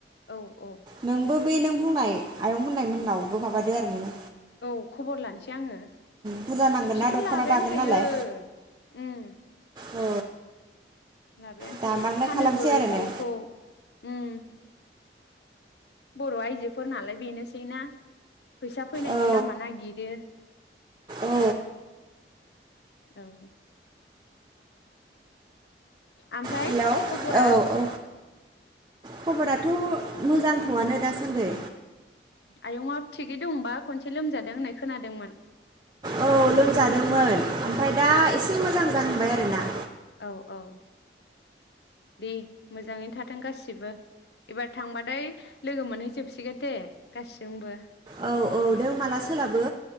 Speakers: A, on the left; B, on the right.
A: औ औ
B: नों बो बै नों बुंनाय आयं होननाय मोनावबो माबादो आरो नों
A: औ खबर लानोसै आंङो
B: बुरजा नांगोन
A: बिसोरथ'
B: ना दख'ना
A: लाबायानो
B: दागोन
A: थायो
B: नालाय
A: ओम
B: औ
A: लाबायानो
B: दामारनाय
A: थायो फानोबो
B: खालामसै आरो
A: एम्फौखौ
B: ने
A: ओम बर आय फोर नालाय बेनोसैना फैसा फैनायनि
B: औ
A: लामा नागिरो
B: औ
A: औ ओमफ्राय
B: हेलौ
A: खबरा
B: औ औ खबराथ मोजांथआनो दासान्दै
A: आयंआबो थिगै दंबा खनसे लोमजादों होननाय खोनादोंमोन
B: औ लोमजादोंमोन ओमफ्राय दा एसे मोजां जाहांबाय आरोना
A: औ औ दे मोजांङैनो थाथों गासिबो एबार थांबाथाय लोगो मोनहैजोबसिगोन दे गासिजोंबो
B: औ औ नों माला सोलाबो